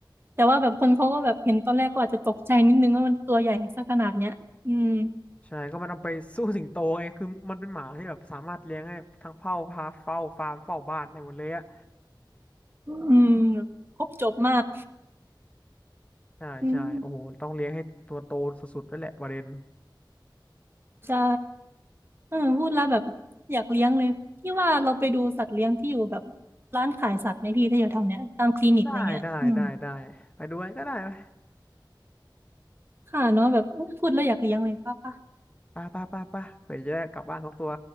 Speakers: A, on the right; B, on the left.
A: แต่ว่าแบบคนเขาก็แบบเห็นตอนแรกก็อาจจะตกใจนิดนึงว่ามันตัวใหญ่ซะขนาดเนี้ยอืม
B: ใช่ก็มันเอาไปสู้สิงโตไงคือมันเป็นหมาที่แบบสามารถเลี้ยงให้ทั้งเฝ้าพาเฝ้าฟาร์มเฝ้าบ้านได้หมดเลยอะ
A: อืมแบบครบจบมาก
B: ใช่ใช่โอ้โหต้องเลี้ยงให้ตัวโตสุดๆด้วยแหละประเด็น
A: อืมใช่ เออพูดแล้วแบบอยากเลี้ยงเลยพี่ว่าเราไปดูสัตว์เลี้ยงที่อยู่แบบร้านขายสัตว์ไหมพี่ถ้าอยู่แถวเนี้ยตามคลินิกอะไรเงี้ยอืม
B: ได้ได้ได้ได้ไปดูกันก็ได้ไหม
A: ค่ะเนาะแบบพูดแล้วอยากเลี้ยงเลยป้าป้า
B: ป่ะป่ะป่ะปะเปยจะได้กลับบ้านทุกตัว